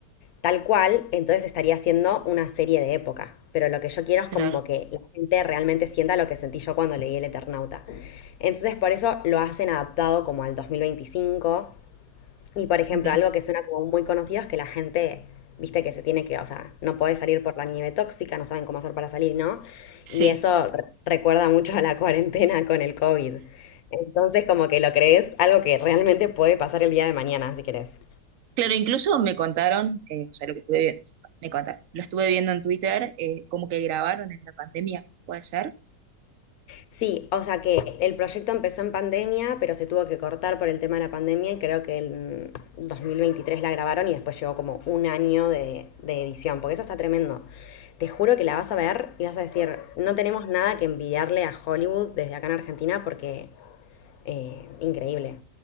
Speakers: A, on the left; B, on the right.
A: Tal cual, entonces estaría haciendo una serie de época. Pero lo que yo quiero es
B: claro,
A: como que la gente realmente sienta lo que sentí yo cuando leí El Eternauta. Entonces por eso lo hacen adaptado como al 2025 y por ejemplo,
B: bien.
A: algo que suena como muy conocido es que la gente, viste que se tiene que, o sea, no podés salir por la nieve tóxica, no saben cómo hacer para salir, ¿no?
B: Sí,
A: Y eso re- recuerda mucho a la cuarentena con el COVID. Entonces, como que lo crees algo que realmente puede pasar el día de mañana, si querés.
B: claro, incluso me contaron, eh, o sea, lo que estuve viendo, me contaron, lo estuve viendo en Twitter, eh, como que grabaron en la pandemia, ¿puede ser?
A: Sí, o sea que el proyecto empezó en pandemia, pero se tuvo que cortar por el tema de la pandemia y creo que en 2023 la grabaron y después llevó como un año de, de edición, porque eso está tremendo. Te juro que la vas a ver y vas a decir, no tenemos nada que envidiarle a Hollywood desde acá en Argentina porque eh, increíble